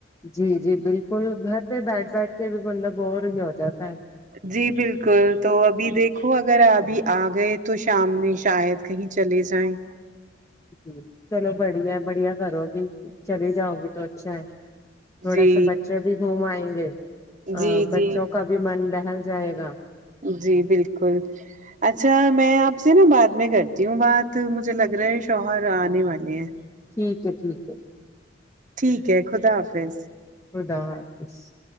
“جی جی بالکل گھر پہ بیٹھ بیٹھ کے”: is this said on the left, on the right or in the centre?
Left